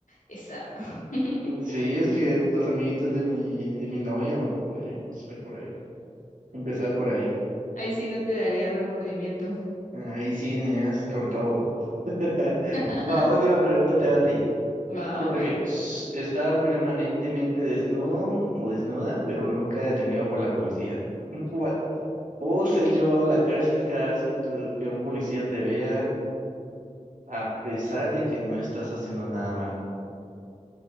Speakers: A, on the left; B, on the right.
A: esa. <laughs>
B: sí, es que los amiguitos de mi, de mi novia, ¿no? podríamos ver por ahí, empezar por ahí.
A: Ahí sí no te daría remordimiento.
B: Ahí sí, niñas, con todo. <laughs>
A: <laughs>
B: Va, última pregunta te va a ti.
A: Va,
B: ¿Qué
A: va,
B: prefieres?
A: ve.
B: ¿Estar permanentemente desnudo o desnuda, pero nunca detenido por la policía? What? ¿O ser llevado a la cárcel cada vez que, tu- que un policía te vea, a pesar de que no estás haciendo nada malo?